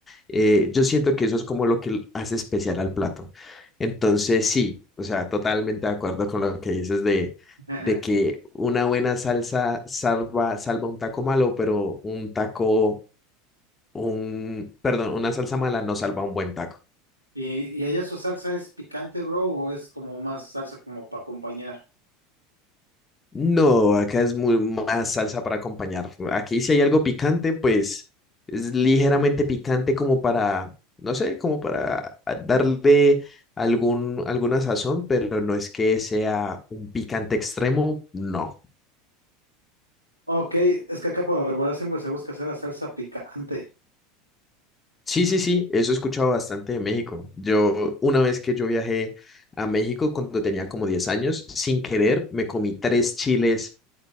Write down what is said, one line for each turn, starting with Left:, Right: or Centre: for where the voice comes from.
Left: eh, yo siento que eso es como lo que hace especial al plato. Entonces, sí, o sea, totalmente de acuerdo con lo que dices de,
Right: Jejeje.
Left: de que una buena salsa salva, salva un taco malo, pero un taco, un, perdón, una salsa mala no salva un buen taco.
Right: ¿Y, y allá su salsa es picante, bro, o es como más salsa como para acompañar?
Left: No, acá es muy más salsa para acompañar. Aquí si hay algo picante, pues es ligeramente picante como para, no sé, como para a- darle algún, alguna sazón, pero no es que sea un picante extremo, no.
Right: Ok, es que acá por lo regular siempre se busca hacer la salsa picante.
Left: Sí, sí, sí, eso he escuchado bastante de México. Yo, una vez que yo viajé a México cuando tenía como 10 años, sin querer, me comí tres chiles